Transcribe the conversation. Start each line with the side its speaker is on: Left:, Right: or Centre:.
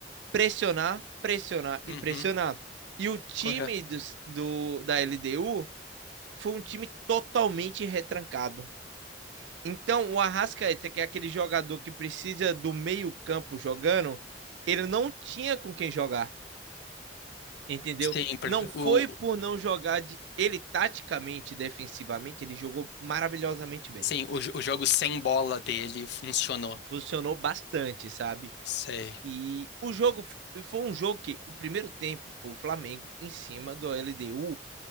Right: pressionar, pressionar e
Left: Uhum,
Right: pressionar. E o time
Left: correto.
Right: do, do da LDU foi um time totalmente retrancado. Então, o Arrascaeta, que é aquele jogador que precisa do meio-campo jogando, ele não tinha com quem jogar. entendeu?
Left: Sim, porque
Right: Não foi
Left: o,
Right: por não jogar de... ele taticamente, defensivamente, ele jogou maravilhosamente bem.
Left: sim, o, jo- o jogo sem bola dele funcionou.
Right: Funcionou bastante, sabe?
Left: Sei.
Right: E o jogo foi um jogo que o primeiro tempo foi o Flamengo em cima do LDU,